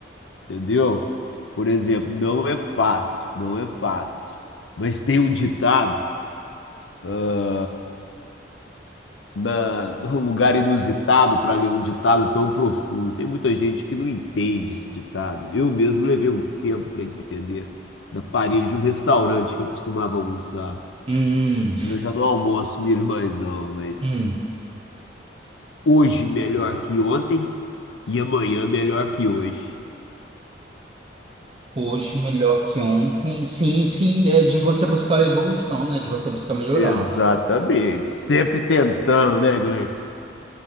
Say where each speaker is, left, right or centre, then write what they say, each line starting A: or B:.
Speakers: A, on the left; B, on the right.
A: entendeu? Por exemplo, não é fácil, não é fácil. Mas tem um ditado, ah, na, num lugar inusitado para ler um ditado tão profundo. Tem muita gente que não entende esse ditado. Eu mesmo levei um tempo para entender, na parede de um restaurante que eu costumava almoçar.
B: Hum,
A: Eu já não almoço dele mais não, mas
B: hum.
A: hoje melhor que ontem e amanhã melhor que hoje.
B: Hoje melhor que ontem. Sim, sim, é de você buscar a evolução, né? De você buscar melhorar,
A: Exatamente.
B: né?
A: Sempre tentando, né, Gleison?